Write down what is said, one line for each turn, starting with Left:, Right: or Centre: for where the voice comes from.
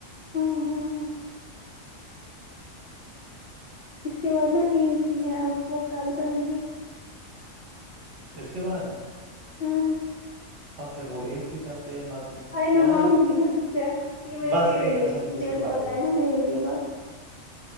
Left: ہمم ہمم اس کے بعد نا ایک ہی ہے آپ وہ کل کریں گے
Right: اس کے بعد
Left: ہاں
Right: اور پھر وہ ایک بھی کرتے مت
Left: ارے
Right: ہوا
Left: میں ماروں
Right: نا
Left: گی قسم سے اب یہ میں نے
Right: بس
Left: تیرے
Right: ایک
Left: لیے
Right: قسم
Left: کی تم
Right: سے اس
Left: نے
Right: کے
Left: اب
Right: بعد
Left: بتایا
Right: ایک
Left: نا میرے لیے بس